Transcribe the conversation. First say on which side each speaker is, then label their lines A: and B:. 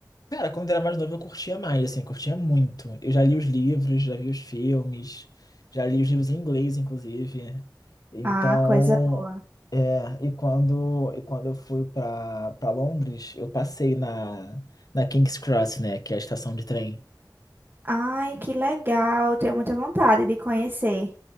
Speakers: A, on the left; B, on the right.
A: Cara, quando era mais novo eu curtia mais, assim, eu curtia muito. Eu já li os livros, já vi os filmes, já li os livros em inglês, inclusive. Então,
B: Ah, coisa boa.
A: é, e quando, e quando eu fui para para Londres, eu passei na, na King's Cross, né, que é a estação de trem.
B: Ai, que legal, tenho muita vontade de conhecer.